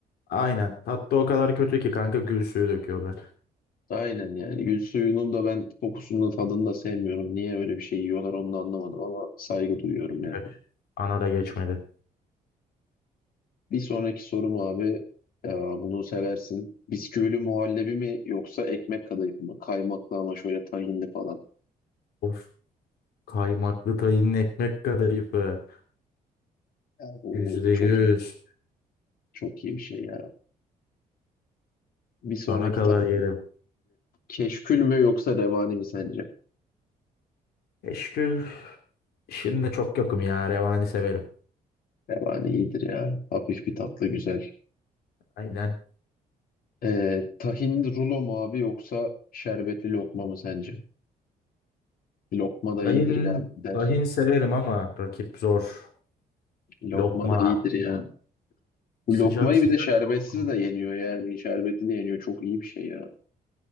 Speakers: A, on the left; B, on the left.
A: Aynen. Tatlı o kadar kötü ki kanka gül suyu döküyorlar.
B: Aynen yani gül suyunun da ben kokusunu da tadını da sevmiyorum. Niye öyle bir şey yiyorlar onu da anlamadım ama saygı duyuyorum yani.
A: Evet. Ana da geçmedi.
B: Bir sonraki sorum abi ya bunu seversin. Bisküvili muhallebi mi yoksa ekmek kadayıf mı? Kaymaklı ama şöyle tahinli falan.
A: Of kaymaklı tayının ekmek kadayıfı.
B: Ya bu
A: Yüzde yüz.
B: çok çok iyi bir şey ya. Bir sonraki
A: Sana kadar
B: tatlı.
A: yerim.
B: Keşkül mü yoksa revani mi sence?
A: Eşkül işinde çok yokum ya. Revani severim.
B: Revani iyidir ya. Hafif bir tatlı güzel.
A: Aynen.
B: Ee, tahin rulo mu abi yoksa şerbetli lokma mı sence? Lokma da
A: Tahin,
B: iyidir yani gider.
A: tahin severim ama rakip zor.
B: Lokma
A: Lokma.
B: da iyidir yani. Bu
A: Sıcak
B: lokmayı
A: sıcak
B: bir de şerbetsiz
A: lokma.
B: de yeniyor yani. Şerbetli de yeniyor. Çok iyi bir şey ya.